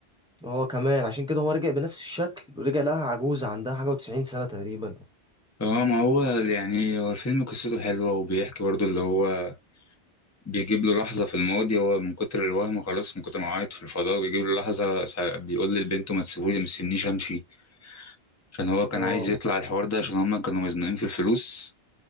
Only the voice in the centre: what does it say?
هو كمان عشان كده هو رجع بنفس الشكل ورجع لها عجوزه عندها حاجه و90 سنه تقريبا
اه